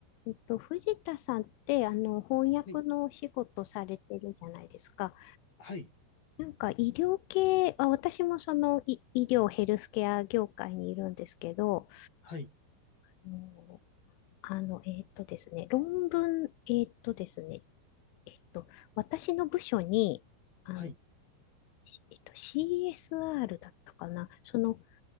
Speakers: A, on the left; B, on the left.
A: えっと、藤田さんって、あの、翻訳のお仕事されてるじゃないですか。
B: はい、はい、
A: なんか医療系、あ、私もその医、医療ヘルスケア業界にいるんですけど、
B: はい、
A: もうあの、えっとですね、論文、えっとですね、えっと、私の部署に、あの、
B: はい、
A: しえっと、CSR だったかな、その